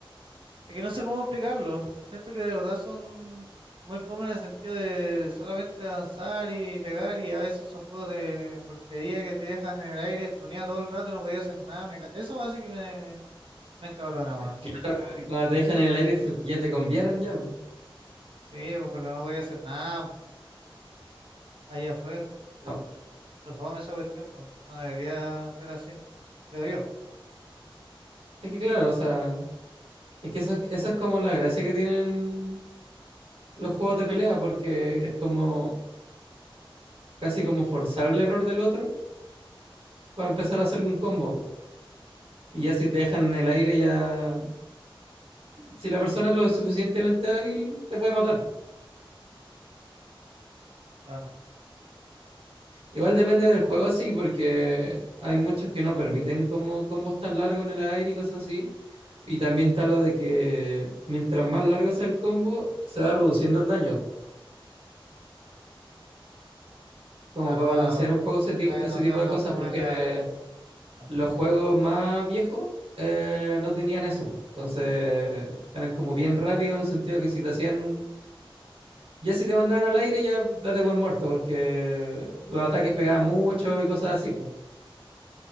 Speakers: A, on the right; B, on the right.
A: Es que no sé cómo explicarlo. Siento que de verdad son muy fome en el sentido de solamente avanzar y pegar y a veces son juegos de porquería que te dejan en el aire tuneado todo el rato y no podía hacer nada. Me ca- Eso así que me, me encabrona, weón.
B: Claro, eh, cuando te dejan en el aire es porque ya te conviaron ya. po.
A: Sí, pues, pero no podía hacer nada. Allá fue.
B: No.
A: Pero fome esa cuestión, pues. No debería ser así. Creo yo,
B: Es que claro, o sea, es que eso, eso es como la gracia que tienen los juegos de pelea, porque es como casi como forzar el error del otro para empezar a hacerle un combo. po. Y ya si te dejan en el aire, ya. Si la persona es lo suficientemente hábil, te puede matar. po.
A: claro.
B: Igual depende del juego así, porque hay muchos que no permiten como combos tan largos en el aire y cosas así. Y también está lo de que mientras más largo sea el combo, se va reduciendo el daño, como
A: Claro,
B: para balancear un poco ese tipo,
A: para
B: ese
A: que no sean
B: tipo de
A: tan
B: cosas,
A: fome
B: porque
A: la... Claro,
B: los juegos más viejos eh, no tenían eso. Entonces eran como bien rápidos en el sentido que si te hacían un... Ya si te mandaban al aire, ya date por muerto, porque los ataques pegaban mucho y cosas así, pues.